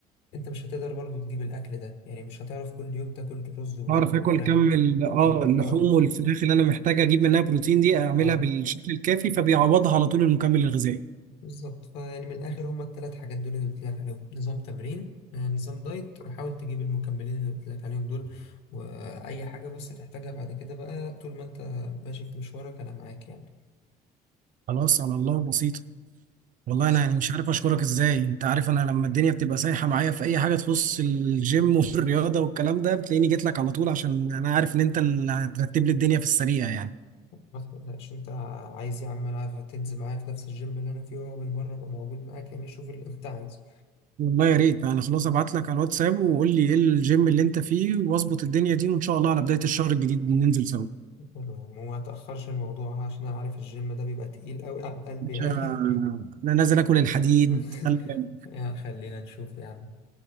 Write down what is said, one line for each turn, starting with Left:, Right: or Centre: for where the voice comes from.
Left: انت مش هتقدر برضو تجيب الاكل ده يعني مش هتعرف كل يوم تاكل
Right: <laughs>
Left: رز ولحمة
Right: اعرف اكل
Left: وفراخ
Right: كم ال- اه
Left: الب...
Right: اللحوم
Left: اه
Right: والفراخ اللي انا محتاج اجيب منها بروتين دي اعملها
Left: اه
Right: بالشكل الكافي فبيعوضها على طول المكمل الغذائي
Left: بالظبط فيعني من الاخر هما الثلاث حاجات دول اللي قلت لك عليهم نظام تمرين آه، نظام دايت وحاول تجيب المكملين اللي قلت لك عليهم دول واي حاجه بص تحتاجها بعد كده بقى طول ما انت ماشي في مشوارك انا معاك يعني
Right: خلاص على الله بسيط والله
Left: بس
Right: انا يعني مش عارف اشكرك ازاي انت عارف انا لما الدنيا بتبقى سايحه معايا في اي حاجه تخص الجيم والرياضه والكلام ده بتلاقيني جيت لك على طول عشان انا عارف ان انت اللي هترتب لي الدنيا في السريع يعني
Left: ما تقلقش انت عايز يا عم انا تنزل معايا في نفس الجيم اللي انا فيه وهو بالمره ابقى موجود معاك يعني شوف اللي انت عايزه
Right: والله يا ريت انا خلاص ابعت لك على الواتساب وقول لي ايه الجيم اللي انت فيه واظبط الدنيا دي وان شاء الله على بدايه الشهر الجديد ننزل سوا
Left: حلو يا عم وما تاخرش الموضوع ها، عشان انا عارف الجيم ده بيبقى تقيل قوي على القلب
Right: مش
Left: يعني
Right: انا نازل اكل الحديد
Left: <laughs>
Right: خلي بالك
Left: يا خلينا نشوف يا